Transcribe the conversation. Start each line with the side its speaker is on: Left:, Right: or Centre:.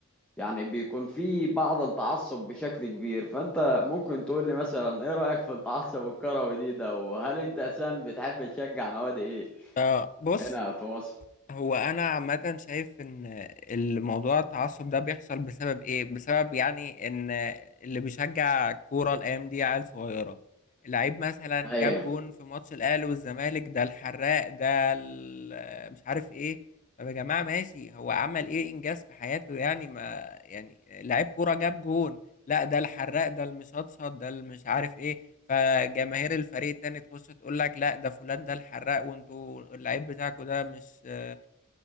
Centre: يعني بيكون في بعض التعصب بشكل كبير فانت ممكن تقول لي مثلا ايه رأيك في التعصب الكروي دي ده وهل انت اساسا بتحب تشجع نوادي ايه
Left: اه بص
Centre: هنا في مصر
Left: هو انا عامه شايف ان الموضوع التعصب ده بيحصل بسبب ايه بسبب يعني ان اللي بيشجع كوره الايام دي عيال صغيره اللعيب مثلا
Centre: ايوه
Left: جاب جون في ماتش الاهلي والزمالك ده الحراق ده ال- مش عارف ايه طب يا جماعه ماشي هو عمل ايه انجاز في حياته يعني ما يعني لعيب كوره جاب جون لا ده الحراق ده المشطشط ده المش عارف ايه فجماهير الفريق التاني تخش تقول لك لا ده فلان ده الحراق وانتوا اللعيب بتاعكوا ده مش آه